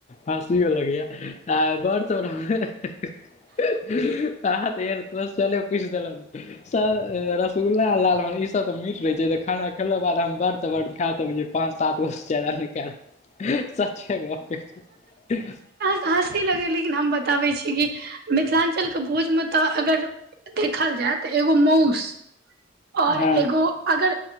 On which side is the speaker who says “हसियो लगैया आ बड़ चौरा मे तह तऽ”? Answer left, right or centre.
Left